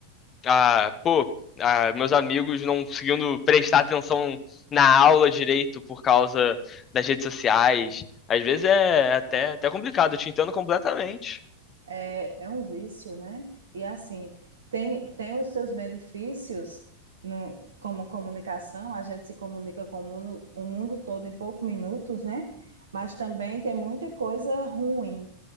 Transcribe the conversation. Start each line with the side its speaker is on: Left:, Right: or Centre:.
Left: ah, pô, ah, meus amigos não conseguindo prestar atenção na aula direito por causa das redes sociais. Às vezes é até, até complicado, eu te entendo completamente.
Right: é, é um vício, né? E assim, tem, tem os seus benefícios no, como comunicação, a gente se comunica com o mundo, o mundo todo em poucos minutos, né? Mas também tem muita coisa ruim